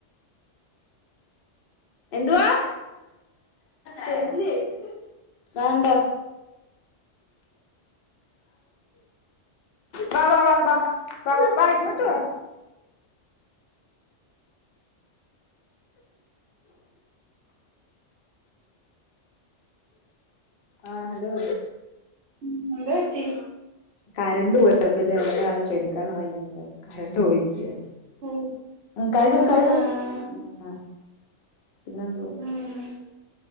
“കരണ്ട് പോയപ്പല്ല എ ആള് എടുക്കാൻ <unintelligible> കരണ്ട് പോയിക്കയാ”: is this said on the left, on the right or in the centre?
Left